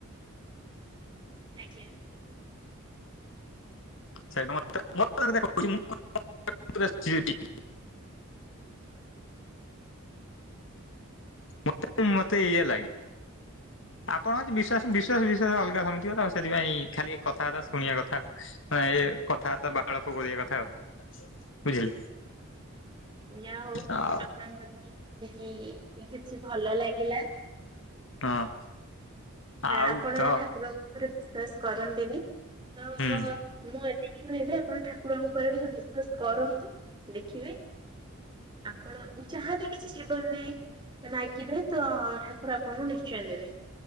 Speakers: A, on the right; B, on the left.
A: ଆଜ୍ଞା।
B: <inaudible> ମତେ ମତେ ଏଇୟା ଲାଗେ। ଆପଣ ଅଛି ବିଶ୍ୱାସ
A: ନିହାତି
B: ବିଶ୍ୱାସ ବିଶ୍ୱାସ
A: ଆଜ୍ଞା।
B: ଅଲଗା ସମିଯିବ ଆଉ ସେଥିପାଇଁଖାଲି କଥାବାର୍ତା ଶୁଣିବା କଥା ଏ କଥା ବାର୍ତ୍ତା ବାହାଳ କରିବା କଥା ଆଉ ବୁଝିଲେ।
A: ଯା ହଉ
B: ଆଉ
A: ଆପଣଙ୍କ କତିରେ ହଁ କି କିଛି ଭଲ ଲାଗିଲା।
B: ହଁ ଆଉ
A: ଆପଣ
B: ତ
A: ଠାକୁରଙ୍କ ଉପରେ ବିଶ୍ଵାସ କରନ୍ତିନି ତ ମୁଁ
B: ହୁଁ
A: ଏତିକି କହିବି ଆପଣ ଠା ଠାକୁରଙ୍କ ଉପରେ ଟିକେ ବିସ୍ବାସ କରନ୍ତୁ ଦେଖିବେ ଆପଣ ଯାହାବି କିଛି ଜୀବନରେ ମାଗିବେ ତ ଠାକୁର ଆପଣଙ୍କୁ ନିଶ୍ଚୟ ଦେବେ।